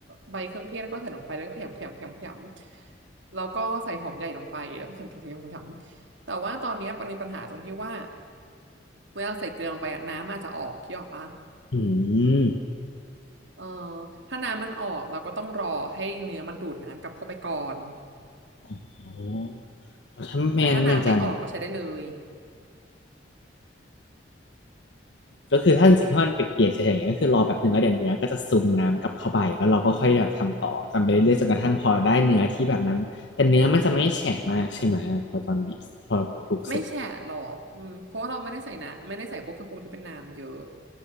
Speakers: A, on the right; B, on the left.
A: ใบเครื่องเทศแล้วก็ใส่ลงไปแล้วก็ขยำขยำขยำขยำแล้วก็ใส่หอมใหญ่ลงไปแล้วก็ขยำขยำขยำขยำแต่ว่าตอนเนี้ยมันมีปัญหาตรงที่ว่าเวลาใส่เกลือลงไปอะน้ำอาจจะออกคิดออกปะ
B: อืม
A: เออถ้าน้ำมันออกเราก็ต้องรอให้เนื้อมันดูดน้ำกลับเข้าไปก่อน
B: อ๋อถ้าแมนแมนจะเนี่ย
A: แต่ถ้าน้ำไม่ออกก็ใช้ได้เลย
B: ก็คือถ้าจริงๆถ้ามันเปียกๆเฉยๆอย่างเงี้ยก็คือรอแป๊บหนึ่งแล้วเดี๋ยวเนื้อก็จะซึมน้ำกลับเข้าไปแล้วเราก็ค่อยแบบทำต่อทำไปเรื่อยๆจนกระทั่งพอได้เนื้อที่แบบนั้นแต่เนื้อมันจะไม่แฉะมากใช่ไหมพอตอนบีบพอคลุกเสร็จอะ
A: อืมไม่แฉะหรอกอืมเพราะว่าเราไม่ได้ใส่นะไม่ได้ใส่พวกเครื่องปรุงที่เป็นน้ำเยอะ